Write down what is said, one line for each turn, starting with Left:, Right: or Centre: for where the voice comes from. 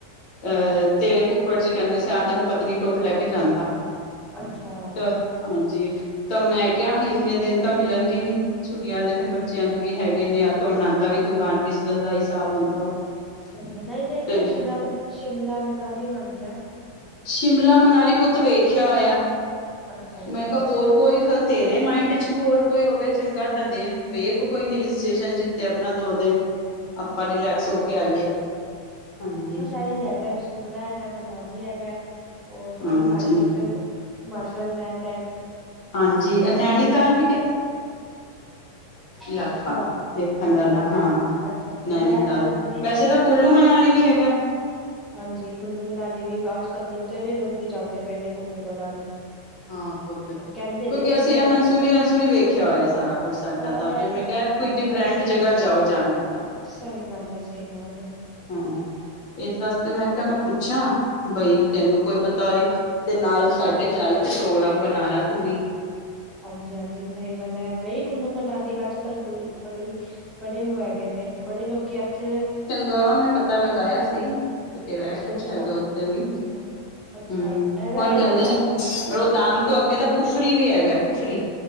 Centre: ਸਹੀ
Left: ਅਹ
Centre: ਗੱਲ
Left: ਤੇਰੇ
Centre: ਹੈ
Left: ਫੁੱਫੜ ਜੀ ਕਹਿੰਦੇ ਸੀ ਆਹ ਤੈਨੂੰ ਪਤਨੀ ਟੋਪ ਲੈ ਕੇ ਜਾਂਦਾ।
Centre: ਅੱਛਾ
Left: ਤਾਂ। ਹਾਂਜੀ ਤਾਂ ਮੈਂ ਕਿਹਾ ਇੰਨੇ ਦਿਨ ਤਾਂ ਮਿਲਣਗੇ ਨੀ ਛੁੱਟੀਆਂ ਦੇ ਫਿਰ ਬੱਚਿਆਂ ਦੇ ਵੀ ਹੈਗੇ ਨੇ ਆਦਾ
Centre: ਸਹੀ
Left: ਵੀ ਦੁਕਾਨ ਬਿਜਨਸ ਦਾ ਹਿਸਾਬ ਹੁੰਦਾ ਵਾ।
Centre: ਸਹੀ ਗੱਲ ਨਹੀਂ
Left: ਤੇ
Centre: ਤਾਂ ਸ਼ਿਮਲਾ ਮਨਾਲੀ ਹੋ ਆਣੇ ਹਾ।
Left: ਸ਼ਿਮਲਾ ਮਨਾਲੀ ਪੁੱਤ ਵੇਖਿਆ ਹੋਇਆ
Centre: ਅੱਛਾ-ਅੱਛਾ
Left: ਮੈਂ ਕਿਹਾ ਹੋਰ ਕੋਈ ਤੇਰੇ ਮਾਇੰਡ ਚ ਹੋਰ ਕੋਈ ਹੋਵੇ ਚੰਗਾ ਤਾਂ ਦੇਖ ਵੇਖ ਕੋਈ ਹਿਲ ਸਟੇਸ਼ਨ ਜਿੱਥੇ ਆਪਣਾ ਦੋ ਦਿਨ ਆਪਾਂ ਰਿਲੈਕਸ
Centre: ਅੱਛਾ
Left: ਹੋ ਕੇ ਆਈਏ ਹਾਂਜੀ।
Centre: ਸਹੀ ਹੈਗਾ। ਸ਼ਿਮਲਾ ਹੈਗਾ ਮਨਾਲੀ ਹੈਗਾ ਹੈ ਔਰ
Left: ਹਾਂਜੀ
Centre: ਹਿਮਾਚਲ ਚ ਹਿਮਾਚਲ ਹੈਗਾ ਹੈ।
Left: ਹਾਂਜੀ ਨੈਨੀਤਾਲ ਇਲਾਕਾ
Centre: ਅੱਛਾ।
Left: ਦੇਖਣ
Centre: ਅੱਛਾ
Left: ਵਾਲਾ ਹਾਂ
Centre: ਅੱਛਾ ਅੱਛਾ
Left: ਨੈਨੀਤਾਲ
Centre: ਮੈਂ ਤਾਂ ਨੀ ਗਈ
Left: ਵੈਸੇ
Centre: ਮੈਂ
Left: ਤਾਂ ਕੁੱਲੂ ਮਨਾਲੀ ਵੀ ਹੈਗਾ।
Centre: ਹਾਂਜੀ ਕੁੁੱਲੂ ਮਨਾਲੀ ਵੀ ਅੱਜ ਕੱਲ੍ਹ ਬਥੇਰੇ ਲੋਕ ਜਾਂਦੇ ਪਏ ਨੇ ਕੁੁੱਲੂ ਮਨਾਲੀ।
Left: ਹਾਂ ਪੁੱਤ ਕਿਉਂਕਿ
Centre: ਕਹਿੰਦੇ ਨੇ ਵਧੀਆ
Left: ਅਸੀਂ ਇਹ ਮਨਸੂਰੀ
Centre: ਹੈਗਾ
Left: ਵਨਸੂਰੀ ਵੇਖਿਆ ਹੋਇਆ ਸਾਰਾ। ਕੁਛ ਸਾਡਾ
Centre: ਹਾਂ
Left: ਤਾਂ
Centre: ਇਹ
Left: ਫਿਰ ਮੈਂ ਕਿਹਾ
Centre: ਇਹ
Left: ਕੋਈ ਡਿਫਰੈਂਟ
Centre: ਤਾਂ ਹੈਗਾ
Left: ਜਗ੍ਹਾ ਜਾਓ ਜਾਣਾ ਤਾਂ
Centre: ਸਹੀ ਗੱਲ ਹੈ-ਸਹੀ ਗੱਲ ਹੈ-
Left: ਹਾਂ, ਇਸ ਵਾਸਤੇ ਮੈਂ ਕਿਹਾ ਮੈਂ ਪੁੱਛਾਂ, ਬਈ ਤੈਨੂੰ ਕੋਈ ਪਤਾ ਹੋਏ ਤੇ ਨਾਲ ਸਾਡੇ ਚੱਲ ਤੇ ਪ੍ਰੋਗਰਾਮ ਬਣਾ ਲਾ ਤੂੰ ਵੀ
Centre: ਹਾਂਜੀ-ਹਾਂਜੀ ਸਹੀ ਗੱਲ ਹੈ ਨਹੀਂ ਕੁੱਲੂ-ਮਨਾਲੀ ਅੱਜ-ਕੱਲ ਕੋਇ ਵੜੀ ਬੜੇ ਉਹ ਹੈਗੇਏ ਨੇ ਬੜੇ ਲੋਕੀ ਇੱਥ
Left: ਗਵਾ ਮੈਂ ਪਤਾ ਲਗਾਇਆ ਸੀ ਬਥੇਰਾ
Centre: ਅੱਛਾ
Left: ਹੈ ਕੁਛ
Centre: ਅੱਛਾ
Left: ਹੈਗਾ ਉੱਥੇ ਵੀ,
Centre: ਅੱਛਾ ਅੱਛਾ
Left: ਹਮ
Centre: ਇਹਦਾ
Left: ਹੁਣ ਕਹਿੰਦੇ
Centre: ਇਹਦਾ ਤਾਂ
Left: ਨੇ
Centre: ਨੀ ਮੈਨੂੰ ਪਤਾ
Left: ਉਹ ਤਾਂਗ ਤੋਂ
Centre: ਬਾਕੀ
Left: ਅੱਗੇ ਤਾਂ ਕੁਫਰੀ ਵੀ ਹੈਗਾ ਕੁਫਰੀ